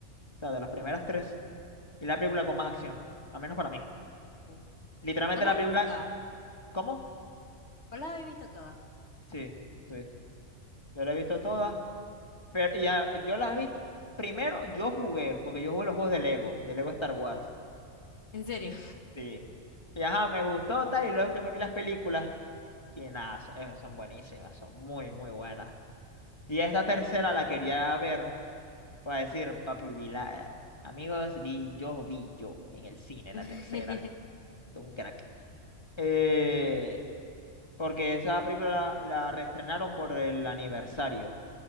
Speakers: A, on the left; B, on the left.
A: o sea, de las primeras tres, y la película con más acción, al menos para mí.
B: Uh.
A: Literalmente
B: ¿Vos las
A: la
B: has
A: película,
B: visto todas?
A: ¿cómo?
B: ¿Vos las habéis visto todas?
A: Sí, sí, yo la he visto todas,
B: Uh.
A: pero ya, yo las vi, primero yo jugué, porque yo jugué los juegos de Lego, de Lego Star Wars.
B: ¿En serio?
A: Sí. Y ajá, me gustó tal, y luego que me vi las películas, y nada, so- eh, son buenísimas, son muy, muy buenas. Y esta tercera la quería ver, para decir, papi, vi la, eh, amigos, vi yo, vi yo, en el cine,
B: <laughs>
A: la tercera, Todo un crack. Eh, porque esa película la, la reestrenaron por el aniversario,